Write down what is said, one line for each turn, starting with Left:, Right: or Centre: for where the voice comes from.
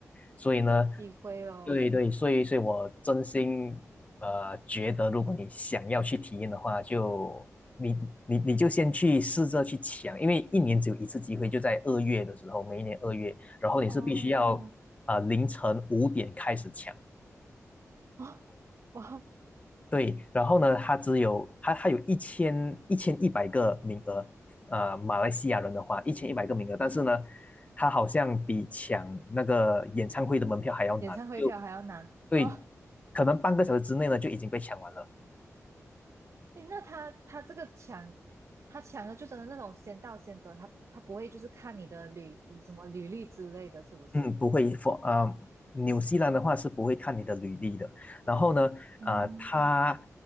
Left: 所以呢，
Right: 这个机会咯，
Left: 对对，所以所以我真心呃觉得，如果你想要去体验的话，就你你你就先去试着去抢，因为一年只有一次机会，就在二月的时候，每一年二月，然后你是必须要
Right: 哦，
Left: 啊呃凌晨五点开始抢。
Right: 哦，<laughs> 哇，
Left: 对，然后呢，它只有它它有一千一千一百个名额，呃，马来西亚人的话，一千一百个名额，但是呢，它好像比抢那个演唱会的门票还要难，
Right: 演唱会票还要拿哦，
Left: 就对，可能半个小时之内呢就已经被抢完了。
Right: 诶，那他他这个抢，他抢的就真的那种先到先得，他他不会就是看你的履什么履历之类的，是不是？
Left: 嗯，不会，for 呃，纽西兰的话是不会看你的履历的。然后呢，
Right: 嗯，
Left: 呃，他